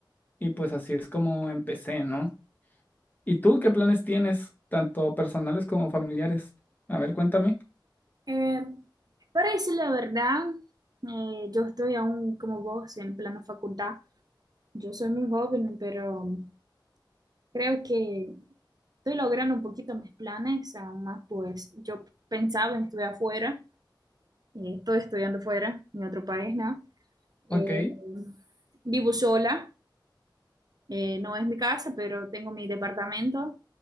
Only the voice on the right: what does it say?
Eh, para decir la verdad, eh, yo estoy aún como vos en plano facultad. Yo soy muy joven, pero creo que estoy logrando un poquito mis planes, aún más pues yo pensaba en estudiar afuera, eh, estoy estudiando fuera, en otro país, ¿no? Eh,
vivo sola, eh, no es mi casa, pero tengo mi departamento,